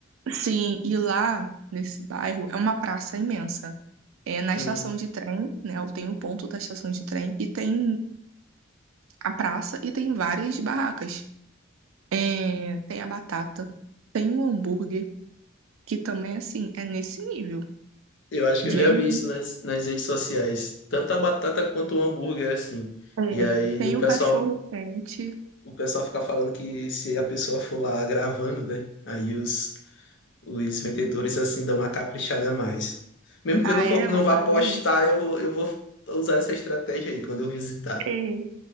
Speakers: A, on the right (about 80°); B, on the left (about 60°).
A: Sim, e lá nesse bairro é uma praça imensa. É na
B: Hum.
A: estação de trem, né? Tem o ponto da estação de trem e tem a praça e tem várias barracas. É, tem a batata, tem o hambúrguer, que também assim é nesse nível.
B: Eu acho que eu
A: Vem
B: já vi
A: no-
B: isso nas, nas redes sociais. Tanto a batata quanto o hambúrguer, assim.
A: é,
B: E aí
A: tem
B: o pessoal,
A: o cachorro quente.
B: o pessoal fica falando que se a pessoa for lá gravando, né? Aí os, os vendedores, assim, dão uma caprichada a mais. Mesmo que
A: Ah,
B: eu não,
A: é?
B: for, não
A: Vou
B: vá
A: fazer
B: postar,
A: isso.
B: eu vou, eu vou usar essa estratégia aí quando eu visitar.
A: E